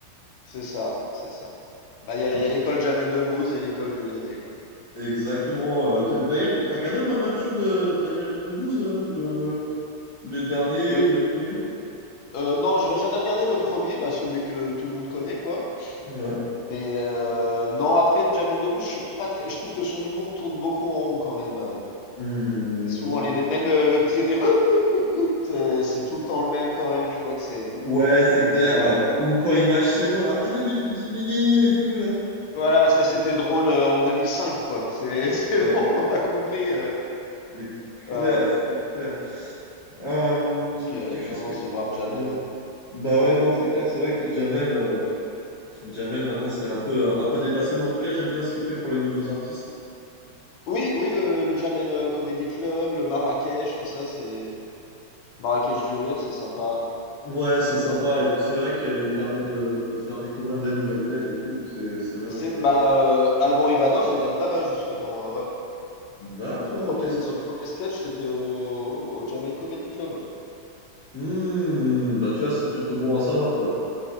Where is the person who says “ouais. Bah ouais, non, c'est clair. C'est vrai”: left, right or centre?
Left